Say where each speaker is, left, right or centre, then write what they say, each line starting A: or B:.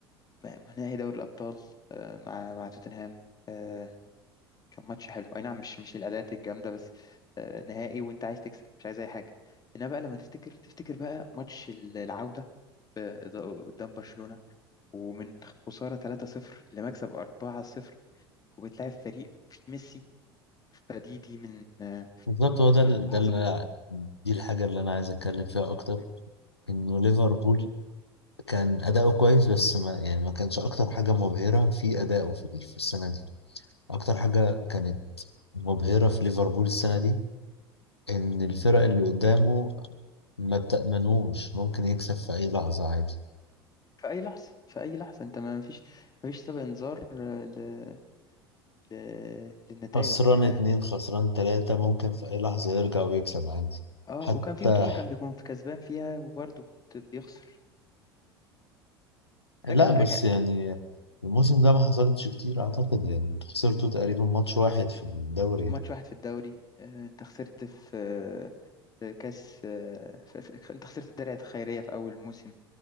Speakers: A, on the left; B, on the left.
A: مع- نهائي دوري الأبطال آه، مع مع توتنهام آه، كان ماتش حلو أي نعم مش مش الأداءات الجامدة بس آه، نهائي وأنت عايز تكسب مش عايز أي حاجة إنما بقى لما تفتكر تفتكر بقى ماتش العودة آه، قدام برشلونة ومن خسارة 3-0 لمكسب 4-0 وبتلاعب فريق فيه ميسي فدي دي من آه،
B: بالظبط هو ده ال-
A: من اللحظات
B: ده اللي دي الحاجة اللي أنا عايز أتكلم فيها أكتر إنه ليفربول كان أداؤه كويس بس ما يعني ما كانش أكتر حاجة مبهرة في أدائه في ال- في السنة دي أكتر حاجة كانت مبهرة في ليفربول السنة دي إن الفرق اللي قدامه ما بتأمنوش ممكن يكسب في أي لحظة عادي
A: في أي لحظة في أي لحظة أنت ما فيش ما فيش سابق إنذار آه، ل... ل... للنتائج
B: خسران اتنين
A: يعني
B: خسران تلاتة ممكن في أي لحظة يرجع ويكسب عادي
A: اه
B: حتى
A: وكان في متوشة كان بيكون في كسبان فيها وبرضه بت- بيخسر
B: لا
A: ده كان
B: بس
A: راجع
B: يعني الموسم ده ما حصلتش كتير أعتقد يعني انتوا خسرتوا تقريبا ماتش واحد في الدوري يعني
A: ماتش واحد في الدوري آه، انت خسرت في آه، في كاس آه، في... في... انت خسرت الدرع الخيرية في أول موسم